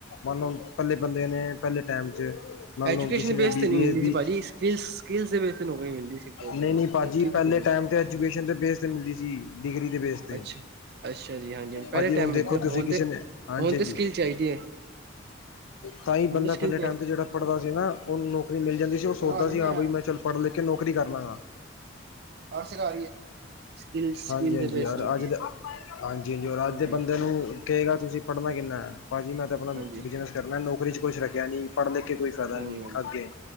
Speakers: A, on the left; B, on the right.
A: ਮੰਨ ਲਓ ਪੱਲੇ ਬੰਦੇ ਨੇ ਪਹਿਲੇ ਟਾਈਮ ' ਮੰਨ
B: ਐਜੂਕੇਸ਼ਨ
A: ਲਓ ਕਿਸੇ ਨੇ
B: ਬੇਸ
A: ਬੀਬੀ
B: ਤੇ ਨਹੀਂ ਮਿਲਦੀ
A: ਏੀ
B: ਸੀ ਭਾਜੀ ਸਕਿੱਲ ਸਕਿੱਲਸ ਦੇ ਬੇਸ ਤੇ ਨੌਕਰੀ ਮਿਲਦੀ ਸੀ ਬਹੁਤ ਜ਼ਿਆਦਾ
A: ਨਹੀਂ ਨਹੀਂ
B: ਸਕਿੱਲ
A: ਭਾਜੀ ਪਹਿਲੇ
B: ਦੇ ਬੇਸ
A: ਟਾਈਮ ਤੇ ਐਜੂਕੇਸ਼ਨ ਤੇ ਬੇਸ ਤੇ ਮਿਲਦੀ ਸੀ ਡਿਗਰੀ ਦੇ ਬੇਸਦੇ
B: ਅੱਛਾ ਅੱਛਾ ਜੀ ਪਹਿਲੇ
A: ਹਾਂਜੀ।
B: ਟਾਈਮ
A: ਹੁਣ ਦੇਖੋ
B: ਮਿਲਦੇ ਹੁਣ
A: ਤੁਸੀਂ ਕਿਸੇ
B: ਤੇ
A: ਨੇ, ਹਾਂਜੀ-ਹਾਂਜੀ,
B: ਹੁਣ ਤੇ ਸਕਿੱਲ ਚਾਹੀਦੀ ਹੈ
A: ਤਾਂ ਹੀ
B: ਹੁਣ
A: ਬੰਦਾ
B: ਤੇ ਸਕਿੱਲ
A: ਪਹਿਲੇ ਟਾਈਮ ਤੇ, ਜਿਹੜਾ ਪੜ੍ਹਦਾ ਸੀ ਨਾ ਉਹ ਮਿਲ ਜਾਂਦੀ ਸੀ, ਉਹ
B: ਚਾਹੀਦੀ
A: ਸੋਚਦਾ ਸੀ ਹਾਂ
B: ਹੈ।
A: ਬਈ ਮੈਂ ਚੱਲ, ਪੜ੍ਹ- ਲਿਖ ਕੇ, ਨੌਕਰੀ ਕਰ ਲਾਂਗਾ
B: ਔਰ ਸਿਖਾ ਰਹੀ ਹੈ, ਸਕਿੱਲ ਸਕਿੱਲ
A: ਹਾਂਜੀ-
B: ਦੇ
A: ਹਾਂਜੀ
B: ਬੇਸ
A: ਯਾਰ
B: ਮਿਲਦੀ
A: ਅੱਜ ਦੇ
B: ਹੈ
A: ਹਾਂਜੀ-ਹਾਂਜੀ, ਔਰ ਅੱਜ
B: ਹਾਂਜੀ
A: ਦੇ, ਬੰਦੇਆ ਨੂੰ ਕਹੇਗਾ ਤੁਸੀਂ ਪੜ੍ਹਨਾ ਕਿੰਨਾ। ਭਾਜੀ ਮੈਂ ਤਾਂ ਆਪਣਾ
B: ਹਾਂਜੀ
A: ਬਿਜਨਸ ਕਰਨਾ ਨੌਰੀ ਚ ਕੁਛ ਰੱਖਿਆ ਨੀ ਪੜ੍ਹਲੇ, ਕੋਈ ਫਾਇਦਾ
B: ਹਾਂਜੀ
A: ਨੀ
B: ਹਾਂਜੀ
A: ਅੱਗੇ,